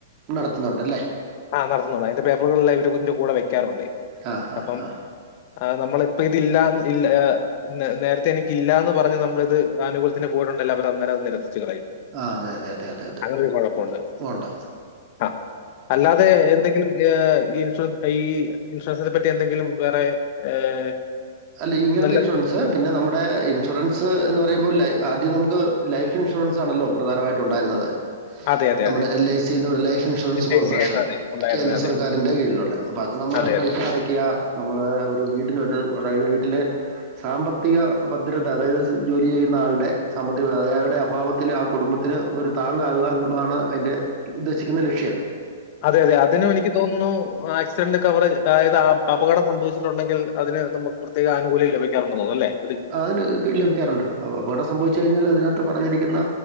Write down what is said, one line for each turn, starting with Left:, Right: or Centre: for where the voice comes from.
Right: നടത്തുന്നുണ്ടല്ലേ
Left: ആഹ് നടത്തുന്നുണ്ട് അതിന്റെ പേപ്പറുകളെല്ലാം ഇതിന്റെ കൂടെ വെക്കാറുണ്ടേ
Right: ആ ആ
Left: അപ്പം
Right: ആ
Left: നമ്മളിപ്പ ഇതില്ലാ ഇല്ല ആഹ് നേരത്തെ എനിക്കില്ലാന്ന് പറഞ്ഞ് നമ്മളിത് ആനുകൂലത്തിൻ്റെ പോയിട്ട്ണ്ടേ അവരന്നേരം അത് നിരസിച്ച് കളയും
Right: ആഹ് അതെ അതെ അതെ അതെ അതെ
Left: അങ്ങനൊരു കുഴപ്പമുണ്ട്.
Right: പോണ്ട
Left: ആ അല്ലാതെ എന്തെങ്കിലും ഈ ഈ ഇൻഷുറൻസ് ഈ ഇൻഷുറൻസിനെ പറ്റി എന്തെങ്കിലും വേറെ ഏഹ്
Right: അല്ല ഇങ്ങനത്തെ
Left: നല്ല
Right: ഇൻഷുറൻസ് സ് പിന്നെ നമ്മുടെ ഇൻഷുറൻസ് എന്ന് പറയുമ്പോൾ ലൈ ആദ്യം നമുക്ക് ലൈഫ് ഇൻഷുറൻസ് ആണല്ലോ പ്രധാനമായിട്ട് ഉണ്ടായിരുന്നത്
Left: അതെ, അതെ,
Right: നമ്മുടെ
Left: അതെ.
Right: എൽ ഐ സിന്ന് ഒരു ലൈഫ് ഇൻഷുറൻസ്
Left: എൽഐസി
Right: കോർപ്പറേഷൻ
Left: ആണ് അതെ ഉണ്ടായിരുന്നത്.
Right: കേന്ദ്ര
Left: അതെ.
Right: സർക്കാരിന്റെ കീഴിലുള്ളെ അപ്പൊ അത് നമ്മള്
Left: അതെ,
Right: പൈസ
Left: അതെ.
Right: അടക്കുക നമ്മള് വീട്ടിനൊരു അതായത് വീട്ടിലെ സാമ്പത്തിക ഭദ്രത അതായത് ജോലി ചെയ്യുന്ന ആളുടെ സാമ്പത്തിക <unintelligible> അയാളുടെ അഭാവ ത്തിൽ ആഹ് കുടുംബത്തിന് ഒരു താങ്ങാവുക എന്നുള്ളതാണ് അതിന്റെ ഉദ്ദേശിക്കുന്ന ലക്ഷ്യം
Left: അതെ അതെ അതിനും എനിക്ക് തോന്നുന്നു ആക്സിഡന്റ് കവറേജ് അതായത് അപകടം സംഭവിച്ചിട്ടുണ്ടെങ്കിൽ അതിന് നമുക്ക് പ്രത്യേക ആനുകൂല്യം ലഭിക്കറുണ്ടന്ന് തോന്നുന്നു, അല്ലെ ഒരു
Right: അതിന് ലഭിക്കാറുണ്ട്, അപകടം സംഭവിച്ചു കഴിഞ്ഞാൽ അതിനകത്ത് പറഞ്ഞിരിക്കുന്ന